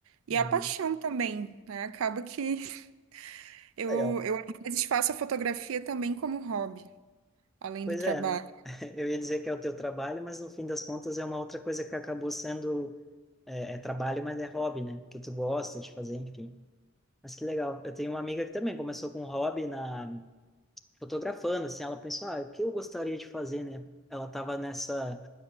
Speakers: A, on the right; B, in the centre.
A: E
B: Uhum.
A: a paixão também, né? Acaba que <laughs> eu,
B: Legal.
A: eu às vezes faço a fotografia também como hobby, além
B: Pois
A: do trabalho.
B: é, né? <laughs> Eu ia dizer que é o teu trabalho, mas no fim das contas é uma outra coisa que acabou sendo, é, é trabalho, mas é hobby, né? Que tu gosta de fazer, enfim. Mas que legal. Eu tenho uma amiga que também começou com um hobby na fotografando, assim, ela pensou, ah, o que eu gostaria de fazer, né? Ela tava nessa